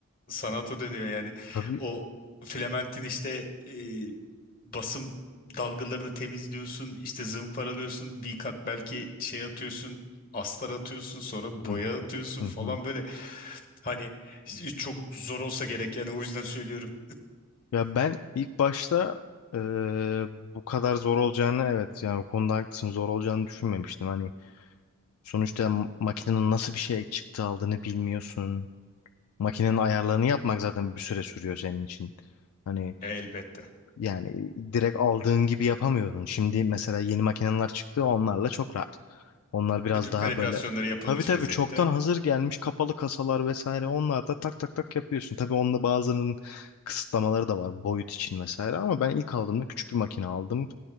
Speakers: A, on the left; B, on the left.
A: sanata dönüyor yani
B: Tabii.
A: o filamentin işte e, basım dalgalarını temizliyorsun işte zımparalıyorsun bir kat belki şey atıyorsun astar atıyorsun sonra
B: Hı
A: boya
B: hı.
A: atıyorsun
B: Hı
A: falan
B: hı.
A: böyle hani çok zor olsa gerek yani o yüzden söylüyorum
B: Ya ben ilk başta eee, bu kadar zor olacağını evet yani o konuda haklısın zor olacağını düşünmemiştim. Hani sonuçta m- makinenin nasıl bir şey çıktı aldığını bilmiyorsun. Makinenin ayarlarını yapmak zaten bir süre sürüyor senin için. Hani
A: <laughs> elbette
B: yani direkt aldığın gibi yapamıyordun. Şimdi mesela yeni makineler çıktı onlarla çok rahat. Onlar biraz
A: Bütün
B: daha
A: kalibrasyonları
B: böyle.
A: yapılmış
B: Tabii tabii
A: vaziyette.
B: çoktan hazır gelmiş kapalı kasalar vesaire. Onlar da tak tak tak yapıyorsun. Tabii onda bazılarının kısıtlamaları da var boyut için vesaire. Ama ben ilk aldığımda küçük bir makine aldım.